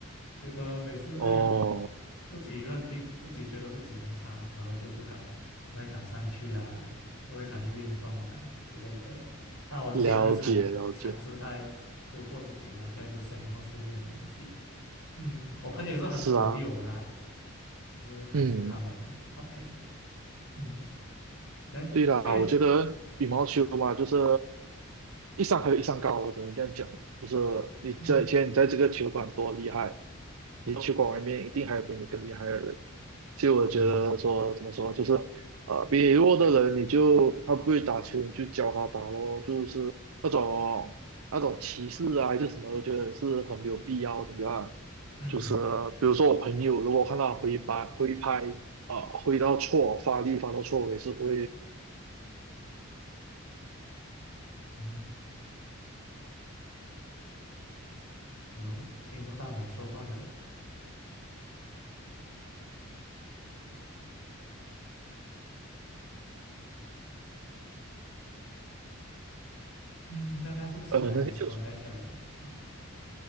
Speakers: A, on the left; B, on the right.
A: 觉得每次哎呀，
B: 哦，
A: 自己认定自己觉得自己很差，然后就不敢，不太敢上去啊，不太敢去运动啊之类的。但我自己也是在尝尝试在突破自己啦，
B: 了解了解，
A: 不要一直想那么负面的东西。嗯，我朋友也是很鼓励我啦，
B: 是啊，
A: 就是感谢他们啦。
B: 嗯，
A: OK，嗯，对，
B: 对啦，
A: 对，
B: 我觉得羽毛球嘛，就是一山还有一山高，我只能这样讲。就是你在现在你在这个球馆多厉害，
A: 嗯
B: 你球馆外面一定还有比你更厉害的人。所以我觉得说怎么说，
A: 嗯
B: 就是呃比你弱的人，你就他不会打球，你就教他打咯，就是那种那种歧视啊还是什么，我觉得是很没有必要的啊。
A: 嗯
B: 就是比如说我朋友，如果看到挥拍挥拍。啊，挥到错，发力发到错，我也是会
A: 嗯，Hello，听不到你说话了。嗯，你看看是不是好像
B: 呃，那个就是
A: disconnect 掉了啊？